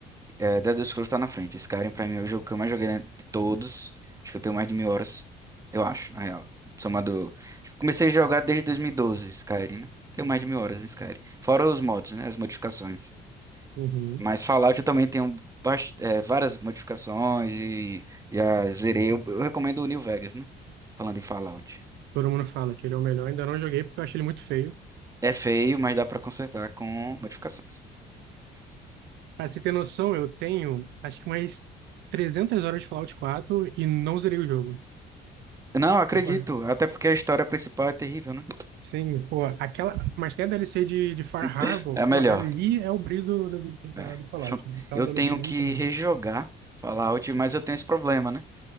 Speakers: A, on the right; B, on the right.
A: É, Elder Scrolls tá na frente. Skyrim, pra mim, é o jogo que eu mais joguei, né, de todos. Acho que eu tenho mais de mil horas, eu acho, na real. Somado. acho que eu Comecei a jogar desde 2012, Skyrim, né? Tenho mais de mil horas em Skyrim. Fora os mods, né? As modificações.
B: Uhum.
A: Mas Fallout eu também tenho bast- é, várias modificações e já zerei. Eu, eu recomendo o New Vegas, né? Falando em Fallout.
B: Todo mundo fala que ele é o melhor. Ainda não joguei porque eu achei ele muito feio.
A: É feio, mas dá pra consertar com modificações.
B: Pra você ter noção, eu tenho acho que umas 300 horas de Fallout 4 e não zerei o jogo.
A: Não, acredito.
B: Eu pa-
A: Até porque a história principal é terrível, né?
B: Sim, pô, aquela. Mas tem a DLC de, de Far
A: <laughs>
B: Harbor,
A: É a melhor.
B: pô, ali é o brilho do, do, da-
A: É.
B: do Fallout.
A: <laughs>
B: né? Aquela
A: Eu
B: DLC
A: tenho
B: ali
A: que
B: é muito boa.
A: rejogar Fallout, mas eu tenho esse problema, né?